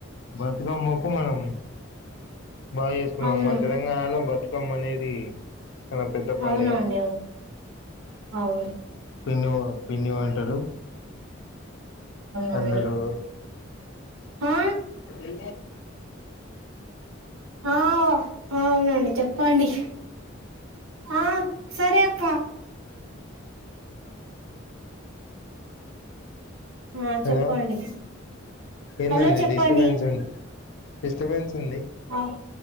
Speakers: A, on the left; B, on the right.
A: బతుకమ్మకు మనం బాగా చేసుకున్నాం.
B: అవును
A: మా తెలంగాణలో బతుకమ్ క్కం అనేది చన పెద్ద పండుగ
B: అవునండి అవును అవును
A: పిన్ని పిండి వంటలు
B: అవునండి
A: అందులో
B: ఆ
A: ఎ
B: ఆ అవునండి చెప్పండి ఆ సరే అక్క ఆ
A: హలో
B: చెప్పండి
A: ఏందండి
B: హలో చెప్పండి
A: డిస్టబెన్స్ డిస్టబెన్స్ ఉంది.
B: ఆ